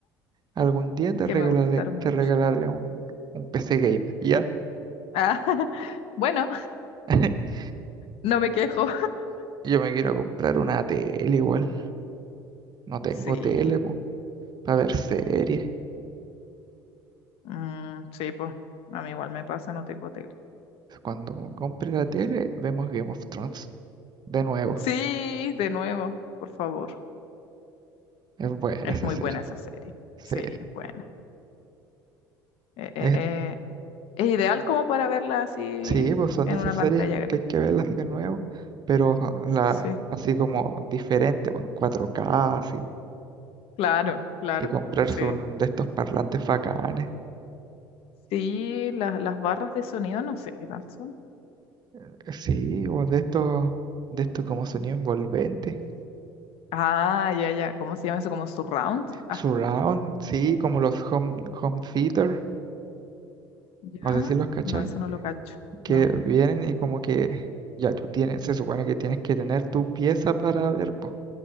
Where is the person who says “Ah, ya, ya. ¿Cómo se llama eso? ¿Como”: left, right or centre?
Left